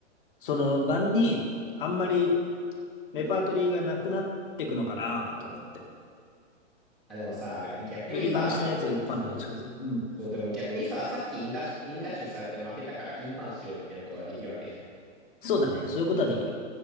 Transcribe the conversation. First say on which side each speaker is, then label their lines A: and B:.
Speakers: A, on the left; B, in the centre.
A: そのバンにあんまりレパートリーがなくなっていくのかなと思って。
B: あ、でもさ、逆にさ、
A: よりバンしたやつが一般のに近づく。
B: そう。
A: うん。
B: そう、でも逆にさ、さっきインラッシュ、インラッシュされて負けたからインバンしようみたいなことができるわけじゃん。だか
A: そうだね。そういうことはできる。